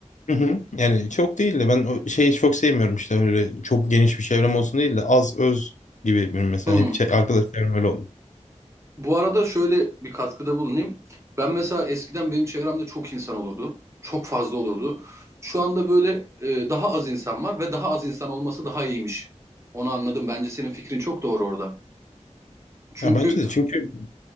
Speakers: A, on the left; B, on the right.
A: Hı hı. Yani çok değil de ben o şeyi çok sevmiyorum işte öyle çok geniş bir çevrem olsun değil de az öz gibi benim mesela
B: Hmm.
A: hep çe- arkadaş çevrem öyle oldu.
B: Bu arada şöyle bir katkıda bulunayım. Ben mesela eskiden benim çevremde çok insan olurdu. Çok fazla olurdu. Şu anda böyle e, daha az insan var ve daha az insan olması daha iyiymiş. Onu anladım. Bence senin fikrin çok doğru orada. Çünkü
A: Ya bence de çünkü